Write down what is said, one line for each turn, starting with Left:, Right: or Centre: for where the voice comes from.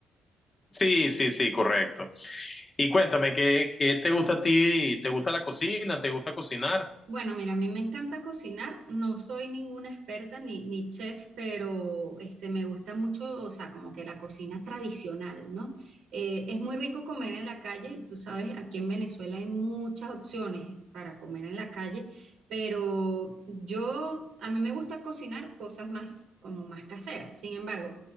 Left: Sí, sí, sí, correcto. Y cuéntame, ¿qué, qué te gusta a ti? ¿Te gusta la cocina? ¿Te gusta cocinar?
Right: Bueno, mira, a mí me encanta cocinar, no soy ninguna experta ni, ni chef, pero este, me gusta mucho, o sea, como que la cocina tradicional, ¿no? Eh, es muy rico comer en la calle, tú sabes, aquí en Venezuela hay muchas opciones para comer en la calle, pero yo, a mí me gusta cocinar cosas más, como más caseras, sin embargo,